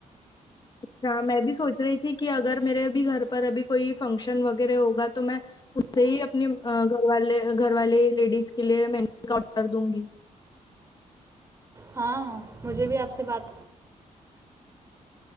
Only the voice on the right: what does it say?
ہاں مجھے بھی آپ سے بات